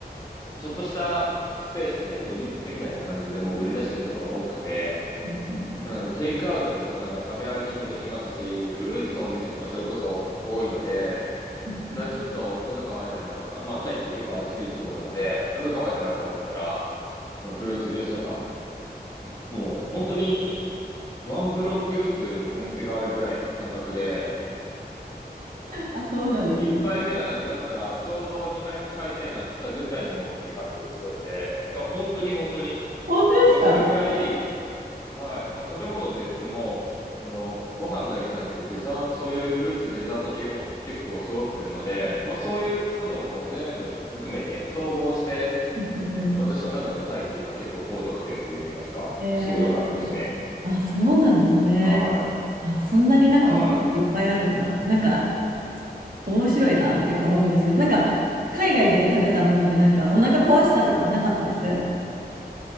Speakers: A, on the left; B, on the right.
A: ちょっとしたスペースで出店みたいな感じでもう売り出してるところが多くて、
B: うんうん
A: うん、テイクアウトでこうなんか食べ歩きもできますし、フルーツのお店とかそれこそ多いので、
B: うん
A: なんかちょっと喉乾いたなとか、まあタイって結構暑いところなので、喉乾いたなとか思ったら、うんフルーツジュースとか、もう本当にワンブロックずつお店があるぐらいの感覚で、
B: あ、そうなんですね。
A: 一杯目がなくなったら、ちょうど二杯目買いたいなと思ったぐらいにもお店があったりするんで、いや、本当に本当に、
B: 本当ですか
A: だからそれぐらい、はい。まあ、食べ物といっても、その、ご飯だけじゃなくてデザート、そういうフルーツ、デザート系も結構揃ってるので、まあ、そういうことをこう全部含めて、総合して、
B: うんうん
A: 私の中でタイっていうのは結構高得点といいますか、
B: ええ、
A: すごい良かったですね。
B: あ、そうなんですね。
A: は
B: あ、そんなになんかいっぱいあるんだ。
A: い。は
B: なんか面白いなっていうか思うんですけど、なんか海外で食べたものでなんかお腹壊したとかはなかったです。